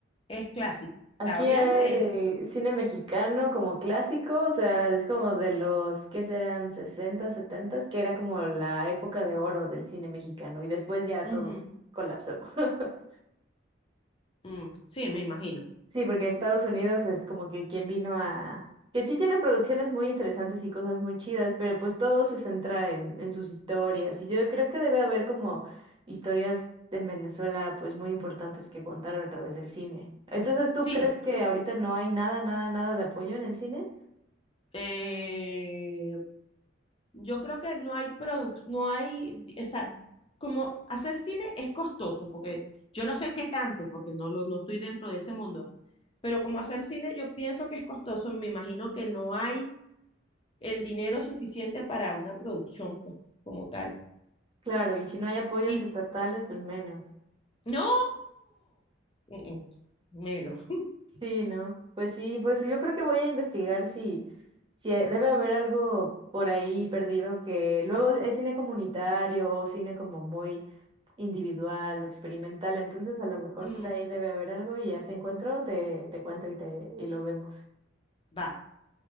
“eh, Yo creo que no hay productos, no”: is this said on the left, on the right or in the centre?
Left